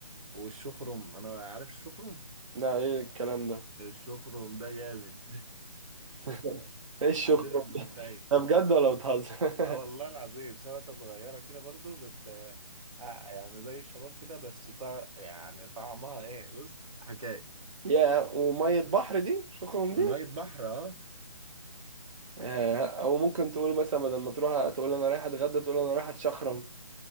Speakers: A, on the right; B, on the right.
A: والشخرم أنا عارف الشخرم
B: لا ايه الكلام ده
A: الشخرم ده جامد <laughs>
B: <laughs> ايه الشخرم
A: عندنا في بورسعيد
B: ده بجد ولا بتهزر <laughs>
A: اه والله العظيم سمكة صغيرة كده برضو بس آه آه، يعني زي الشباب كده بس طع... يعني طعمها ايه بص حكاية
B: يا ومية بحر دي شخرم دي
A: مية بحر اه
B: آه، او ممكن تقول مثلا بدل ما تروح تقول انا رايح اتغدى تقول انا رايح اتشخرم